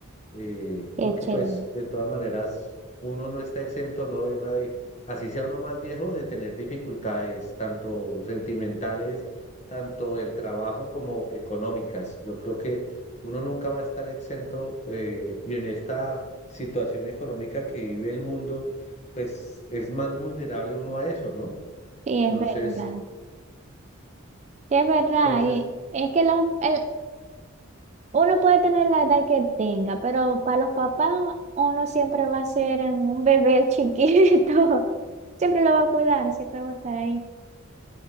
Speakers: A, on the left; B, on the right.
A: eh,
B: qué
A: porque
B: chévere.
A: pues de todas maneras uno no está exento, ¿no? Emma, de, así sea uno más viejo, de tener dificultades tanto sentimentales, tanto el trabajo como económicas. Yo creo que uno nunca va a estar exento eh, y en esta situación económica que vive el mundo, pues es más vulnerable uno a eso, ¿no?
B: Sí,
A: Entonces,
B: es verdad. Sí, es verdad.
A: entonces,
B: y es que los, el- uno puede tener la edad que tenga, pero para los papás uno siempre va a ser un bebé chiquito. <laughs> Siempre lo va a cuidar, siempre va a estar ahí.